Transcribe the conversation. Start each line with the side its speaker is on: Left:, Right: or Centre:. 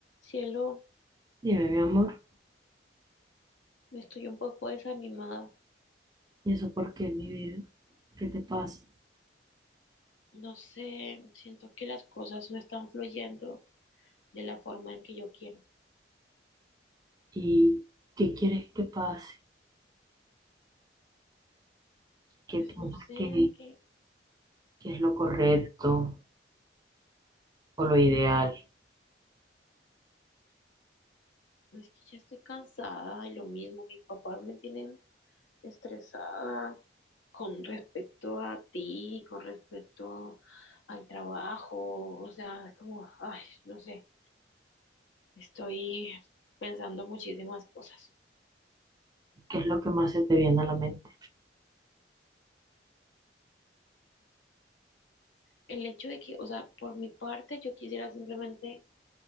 Left: Cielo,
Right: Dime, mi amor,
Left: estoy un poco desanimada.
Right: ¿y eso por qué, mi vida? ¿Qué te pasa?
Left: No sé, siento que las cosas no están fluyendo de la forma en que yo quiero.
Right: ¿Y qué quieres que pase? ¿Qué
Left: Pues
Right: piensas
Left: no sé,
Right: que,
Left: es que,
Right: que es lo correcto o lo ideal?
Left: no es que ya estoy cansada y lo mismo. Mis papás me tienen estresada con respecto a ti, con respecto al trabajo. O sea, es como, ay, no sé, estoy pensando muchísimas cosas.
Right: ¿Qué es lo que más se te viene a la mente?
Left: El hecho de que, o sea, por mi parte, yo quisiera simplemente